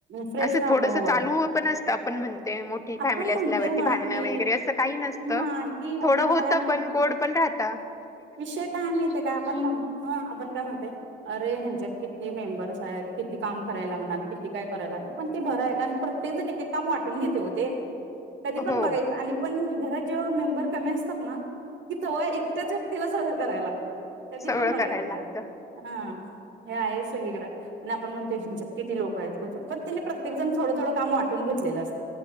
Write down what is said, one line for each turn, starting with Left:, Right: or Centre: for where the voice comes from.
Right: फ्रेश
Left: असं
Right: राहत
Left: थोडस
Right: होय
Left: चालू पण असतं आपण म्हणते
Right: आपण
Left: फॅमिली असल्यावरती
Right: म्हणतोय ना
Left: भांडण
Right: की
Left: वैगैरे असं काही नसतं
Right: नाही
Left: थोडं
Right: उलट
Left: होतं
Right: काय माहिती
Left: पण गोड पण राहत.
Right: विषय काय माहितीये का आपण म्हण अ आपण काय म्हणते अरे ह्यांच्यात किती मेंबर्स आहेत किती काम करायला लागणार किती काय करायला लागणार पण ते बरं आहे कारण प्रत्येक जण एकेक काम वाटून घेते हो ते. कधी पण
Left: हो
Right: बघायचं आणि पण घरात जेव्हा मेंबर कमी असतात ना तिथे हो एकट्याचे तिला सगळं करायला लागतं, कधी
Left: सगळं
Right: पण बघायचं
Left: करायला लागतं.
Right: हं. हे आहे सगळीकडं आणि आपण म्हणतोय यांच्यात किती लोक आहेत, पण त्यांनी प्रत्येक जण थोडं थोडं काम वाटून घेतलेलं असत.